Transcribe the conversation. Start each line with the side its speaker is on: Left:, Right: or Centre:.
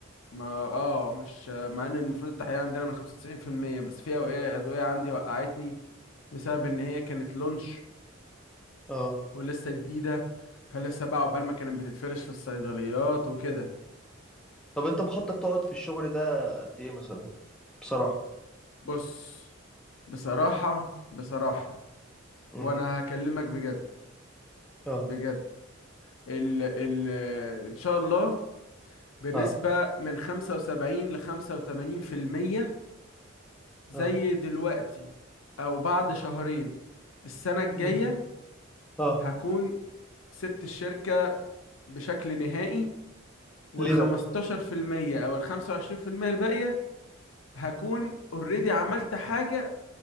Left: ما اه مش مع ان المفروض التحقيق عندنا من 95% بس في اوقات ادويه عندي وقعتني بسبب ان هي كانت لونش
Centre: اه
Left: ولسه جديده فلسه بقى عقبال ما كانت بتتفرش في الصيدليات وكده
Centre: طب انت مخطط تقعد في الشغل ده قد ايه مثلا بصراحة
Left: بص بصراحه بصراحه
Centre: امم
Left: وانا هكلمك بجد
Centre: اه
Left: بجد ال ال ان شاء الله بنسبة
Centre: اه
Left: من 75 ل 85% زي
Centre: اه
Left: دلوقتي أو بعد شهرين السنة الجاية
Centre: امم اه
Left: هكون سبت الشركة بشكل نهائي وال
Centre: ليه
Left: 15%
Centre: بقى
Left: أو ال 25% الباقية هكون اوريدي عملت حاجة